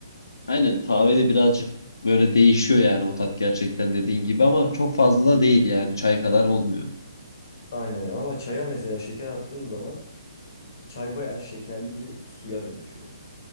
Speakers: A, on the left; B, on the left.
A: Aynen kahve de birazcık böyle değişiyor yani o tat gerçekten dediğin gibi ama çok fazla da değil yani çay kadar olmuyor.
B: Aynen ama çaya mesela şeker attığın zaman çay bayağı şekerli bir suya dönüşüyor.